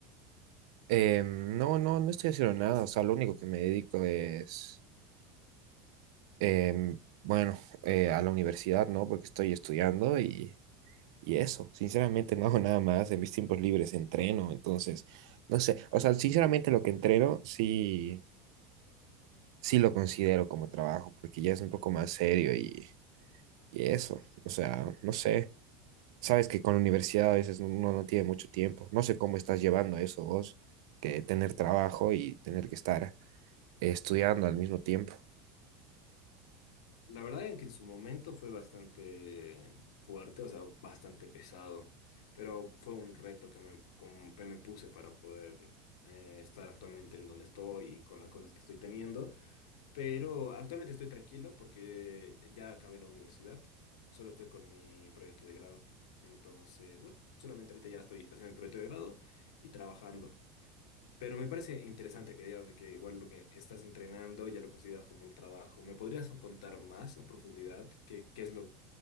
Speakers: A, on the right (about 70°); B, on the left (about 85°).
A: Em, no, no, no estoy haciendo nada, o sea, lo único que me dedico es, em, bueno, eh, a la universidad, ¿no? Porque estoy estudiando y, y eso, sinceramente no hago nada más, en mis tiempos libres entreno, entonces, no sé, o sea, sinceramente lo que entreno sí, sí lo considero como trabajo, porque ya es un poco más serio y, y eso, o sea, no sé, sabes que con la universidad a veces uno no tiene mucho tiempo, no sé cómo estás llevando eso vos, que tener trabajo y tener que estar eh, estudiando al mismo tiempo.
B: La verdad es que en su momento fue bastante fuerte, o sea, bastante pesado, pero fue un reto que me, como que me puse para poder eh, estar actualmente en donde estoy y con las cosas que estoy teniendo. Pero actualmente estoy tranquilo porque ya acabé la universidad, solo estoy con mi proyecto de grado. Entonces, bueno, solamente ahorita ya estoy haciendo mi proyecto de grado y trabajando. Pero me parece interesante que digas de que igual lo que estás entrenando ya lo consideras como un trabajo. ¿Me podrías contar más a profundidad qué, qué es lo,